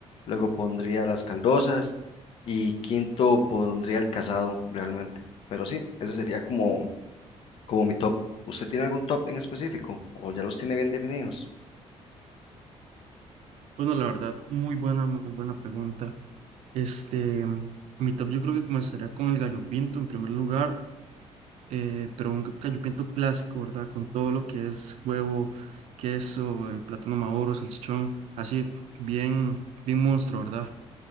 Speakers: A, on the left; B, on the right.
A: luego pondría las caldosas y quinto pondría el casado realmente. Pero sí, eso sería como... Como mi top. ¿Usted tiene algún top en específico o ya los tiene bien definidos?
B: Bueno, la verdad, muy buena, muy buena pregunta. Este, mi top yo creo que comenzaría con el gallo pinto en primer lugar, eh, pero un ga- gallo pinto clásico, ¿verdad? Con todo lo que es huevo, queso, eh, plátano maduro, salchichón, así bien, bien monstruo, ¿verdad?